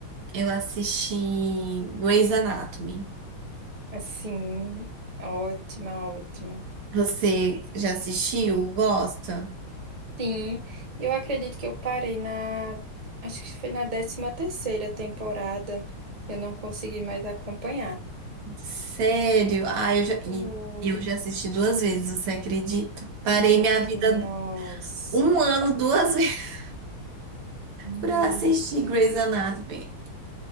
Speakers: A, on the right; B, on the right.
A: Eu assisti Grey's Anatomy.
B: Assim, ótima, ótima.
A: Você já assistiu? Gosta?
B: Sim, eu acredito que eu parei na, acho que foi na décima terceira temporada. Eu não consegui mais acompanhar.
A: Sério? Ah, eu já,
B: Ui,
A: e eu já assisti duas vezes, você acredita? Parei
B: N-
A: minha vida
B: nossa,
A: um ano, duas <laughs> vezes,
B: meu
A: pra assistir Grey's
B: Deus.
A: Anatomy.